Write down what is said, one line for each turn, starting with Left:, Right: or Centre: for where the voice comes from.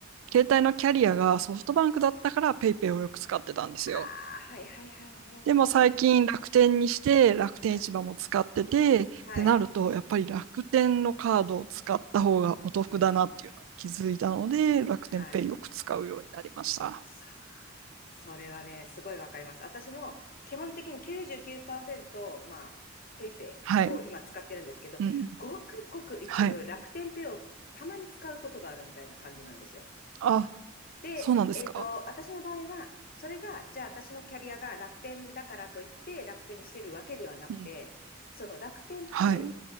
Right: 携帯のキャリアがソフトバンクだったからペイペイをよく使ってたんですよ。
Left: ああ、はいはいはいはいはい
Right: でも最近楽天にして楽天市場も使っててってなるとやっぱり楽天のカードを使った方がお得だなっていうのに気づいたので楽天ペイよく使うようになりました。
Left: はい。はい。はいうん。はい。さあ、それはね、すごいわかります。私も基本的に99%、まあ、ペイペイを今使ってるんですけど、
Right: はい。うんうん。
Left: ごくごく一部楽天ペイをたまに使うことがあるみたいな感じなんですよ。
Right: はい。あ、
Left: で、
Right: そうなんですか。
Left: えっと、私の場合は、それが、じゃあ私のキャリアが楽天だからといって楽天にしてるわけではなくて、
Right: うん。
Left: その楽天ペイっ
Right: はい。